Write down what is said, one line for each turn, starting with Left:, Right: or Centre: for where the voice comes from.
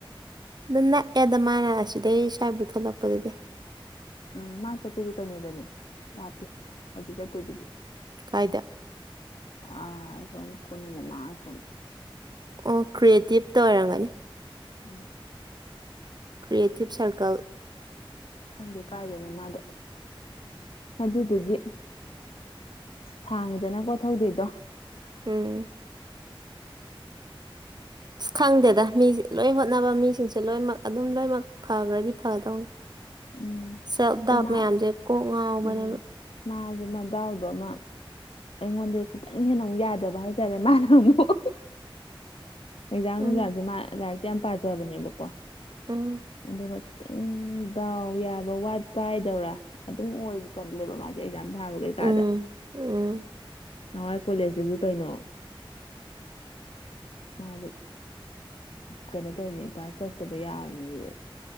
Right: ꯑꯗꯨ ꯅꯛꯑꯦꯗ ꯃꯥꯅ ꯑꯁꯤꯗꯩ ꯁ꯭ꯋꯥꯕꯨ ꯊꯣꯛꯂꯛꯄꯗꯨꯗꯤ
Left: ꯎꯝ ꯃꯥ ꯆꯠꯇꯣꯏꯁ ꯀꯩꯅꯣꯗꯅꯦ ꯂꯥꯞꯄꯤꯦ ꯍꯧꯖꯤꯛ ꯆꯠꯇꯣꯏꯗꯨꯗꯤ
Right: ꯀꯥꯏꯗ
Left: ꯑ ꯀꯣꯃꯝ
Right: ꯑꯣ ꯀ꯭ꯔꯤꯌꯦꯇꯤꯞꯇ ꯑꯣꯏꯔꯝꯒꯅꯤ
Left: ꯎꯝ
Right: ꯀ꯭ꯔꯤꯌꯦꯇꯤꯞ ꯁꯔꯀꯜ
Left: ꯈꯪꯗꯦ ꯀꯥꯏꯗꯅ ꯃꯥꯗꯣ ꯑꯗꯨꯗꯨꯒꯤ ꯁꯥꯡꯉꯤꯗꯅꯀꯣ ꯊꯧꯗꯣꯏꯗꯣ
Right: ꯎꯝ ꯑꯁ ꯈꯪꯗꯦꯗ ꯃꯤ ꯂꯣꯏ ꯍꯣꯠꯅꯕ ꯃꯤꯁꯤꯡꯁꯦ ꯂꯣꯏꯅꯃꯛ ꯑꯗꯨꯝ ꯂꯣꯏꯅꯃꯛ ꯐꯈ꯭ꯔꯗꯤ ꯐꯗꯧꯅꯤ
Left: ꯎꯝ
Right: ꯁꯦꯜ ꯗꯥꯛ
Left: ꯃꯥ
Right: ꯃꯌꯥꯝꯁꯦ ꯀꯣꯛ ꯉꯥꯎꯕꯅꯦꯕ
Left: ꯎꯝ ꯃꯥꯁꯨ ꯃ ꯗꯥꯎꯗꯣ ꯑꯃ ꯑꯩꯉꯣꯟꯗ ꯈꯤꯇꯪ ꯍꯦꯟꯅ ꯑꯃꯨꯛ ꯌꯥꯗꯕ ꯍꯥꯏꯇꯥꯔꯦ ꯃꯥꯅ ꯑꯃꯨꯛ ꯍꯩꯖꯥꯡ ꯅꯨꯡꯁꯥꯡꯁꯦ
Right: ꯎꯝ
Left: ꯃꯥ ꯂꯥꯏꯔꯤꯛꯇ ꯌꯥꯝ ꯄꯥꯖꯕꯅꯦꯕꯀꯣ
Right: ꯎꯝ
Left: ꯑꯗꯨꯒ ꯈꯤꯇꯪ ꯗꯥꯎ ꯌꯥꯕ ꯋꯥꯠꯄ ꯍꯥꯏꯗꯧꯔꯥ ꯑꯗꯨꯝ ꯑꯣꯏꯕ ꯀꯜꯂꯦꯕ ꯃꯥꯁꯦ ꯌꯥꯝ ꯊꯥꯕ ꯀꯩꯀꯥꯗ
Right: ꯎꯝ ꯎꯝ
Left: ꯅꯍꯥꯟꯋꯥꯏ ꯀꯣꯂꯦꯖꯇꯁꯨ ꯀꯩꯅꯣ ꯃꯥꯗ ꯀꯩꯅꯣ ꯇꯧꯔꯤꯅꯦ ꯄꯥꯁ ꯇꯧꯔꯛꯇꯕ ꯌꯥꯔꯣꯏꯅꯦ ꯑꯗꯨꯗꯩ